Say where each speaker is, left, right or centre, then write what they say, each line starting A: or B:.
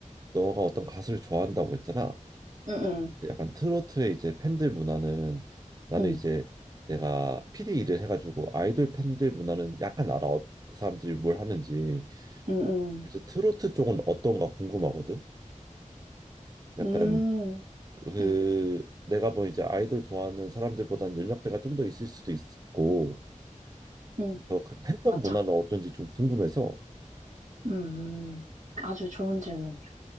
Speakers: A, on the right; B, on the right.
A: 너가 어떤 가수를 좋아한다고 했잖아.
B: 응, 응,
A: 그 약간 트로트의 이제 팬들 문화는 나는
B: 응,
A: 이제 내가 PD 일을 해가지고 아이돌 팬들 문화는 약간 알아 어- 그 사람들이 뭘 하는지
B: 응, 응,
A: 이제 트로트 쪽은 어떤가 궁금하거든 약간
B: 응,
A: 그
B: 응,
A: 내가 뭐 이제 아이돌 좋아하는 사람들보다는 연령대가 좀 더 있을 수도 있고
B: 응.
A: 그래서 그 팬덤
B: 맞아.
A: 문화는 어떤지 좀 궁금해서
B: 음, 아주 좋은 질문이야.